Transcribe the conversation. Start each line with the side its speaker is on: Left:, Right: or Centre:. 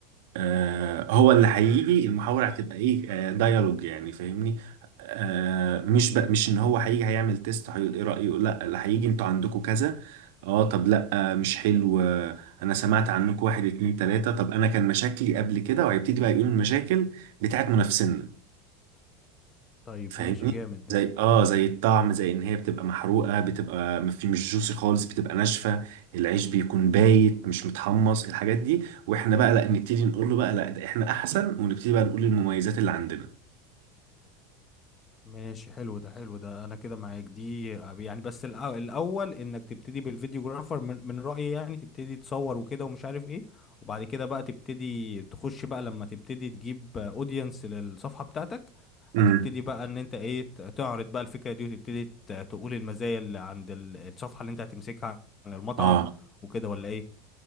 Right: آه، هو اللي هيجي المحاورة هتبقى ايه آه، ديالوج يعني فاهمني آه، مش بقى مش ان هو هيجي هيعمل تيست هيقول ايه رأيه لا اللي هيجي انتوا عندكم كذا اه طب لا آه، مش حلو آه، انا سمعت عنكم واحد اتنين تلاتة طب انا كان مشاكلي قبل كده وهيبتدي بقى يقول المشاكل بتاعت منافسينا
Left: طيب
Right: فاهمني
Left: ماشي جامد ده
Right: زي اه زي الطعم زي ان هي بتبقى محروقه بتبقى ما في مش جوسي خالص بتبقى ناشفه العيش بيكون بايت مش متحمص الحاجات دي واحنا بقى لا نبتدي نقول له بقى لا ده احنا احسن ونبتدي بقى نقول المميزات اللي عندنا
Left: ماشي حلو ده حلو ده انا كده معاك دي يعني بس الأو- الاول انك تبتدي بالفيديوجرافر من, من رأيي يعني تبتدي تصور وكده ومش عارف ايه وبعد كده بقى تبتدي تخش بقى لما تبتدي تجيب اودينس للصفحة بتاعتك
Right: امم
Left: هتبتدي بقى ان انت ايه ت- تعرض بقى الفكرة دي وتبتدي ت- تقول المزايا اللي عند ال- الصفحة اللي انت هتمسكها عن المطعم
Right: اه
Left: وكده ولا ايه